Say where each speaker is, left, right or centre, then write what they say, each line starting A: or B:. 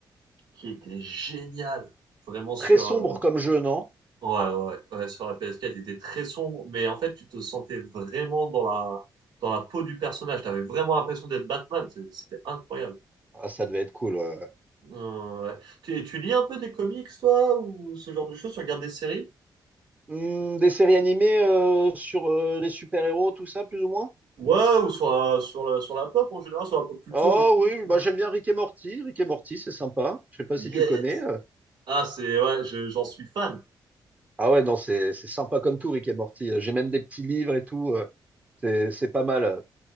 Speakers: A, on the right; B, on the right.
A: qui était génial, vraiment sur,
B: Très sombre
A: euh,
B: comme jeu, non?
A: ouais, ouais, ouais, sur la PS4, il était très sombre, mais en fait tu te sentais vraiment dans la, dans la peau du personnage, t'avais vraiment l'impression d'être Batman, C'est- c'était incroyable.
B: Ah, ça devait être cool. ouais.
A: Euh, ouais. Tu, tu lis un peu des comics, toi, ou ce genre de choses? Tu regardes des séries?
B: Hmm, des séries animées euh, sur euh, les super-héros, tout ça, plus ou moins?
A: Ouais, ou sur la, sur la, sur la pop en général, sur la pop culture,
B: Oh
A: des trucs.
B: oui,
A: euh.
B: bah, j'aime bien Rick et Morty. Rick et Morty, c'est sympa. Je sais pas
A: Yes!
B: si tu connais. euh.
A: Ah, c'est, ouais, je- j'en suis fan.
B: Ah ouais, non, c'est c'est sympa comme tout, Rick et Morty. J'ai même des petits livres et tout. euh, C'est c'est pas mal.